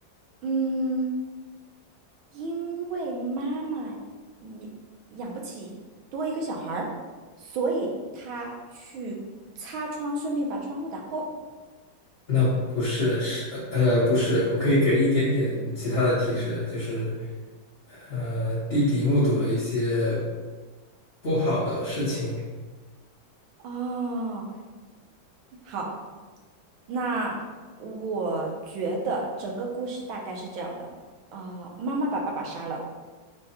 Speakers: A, on the right (about 85°); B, on the left (about 40°).
A: 嗯，因为妈妈也养不起多一个小孩儿，所以她去擦窗，顺便把窗户打破。
B: 那不是是呃呃不是，我可以给一点点其他的提示，就是呃弟弟目睹了一些不好的事情，
A: 哦，好。那我觉得整个故事大概是这样的，呃，妈妈把爸爸杀了，